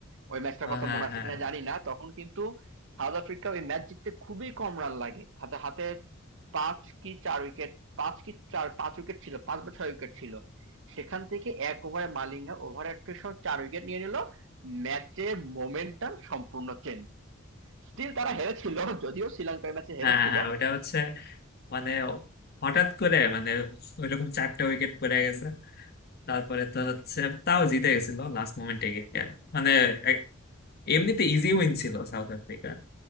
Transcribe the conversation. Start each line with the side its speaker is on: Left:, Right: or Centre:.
Right: ওই ম্যাচটার
Left: হ্যাঁ
Right: কথা মনে আছে
Left: হ্যাঁ
Right: কিনা জানি না তখন কিন্তু সাউথ আফ্রিকা ওই ম্যাচ জিততে খুবই কম রান লাগে হাতে হাতে পাঁচ কি চার উইকেট পাঁচ কি চার পাঁচ উইকেট ছিল পাঁচ বা ছয় উইকেট ছিল সেখান থেকে এক ওভারে মালিঙ্গা ওভার একত্রিশ রান চার উইকেট নিয়ে নিল ম্যাচের মোমেন্টাম সম্পূর্ণ চেঞ্জ স্টিল তারা হেরেছিল যদিও শ্রীলঙ্কার ম্যাচে হেরেছিল
Left: হ্যাঁ হ্যাঁ ওইটা হচ্ছে মানে হঠাৎ করে মানে ওইরকম চারটা উইকেট পড়ে গেছে তারপরে তো হচ্ছে তাও জিতে গেছিল লাস্ট মোমেন্টে গিয়ে মানে
Right: হ্যাঁ,
Left: এক- এমনিতে ইজি উইন ছিল সাউথ আফ্রিকার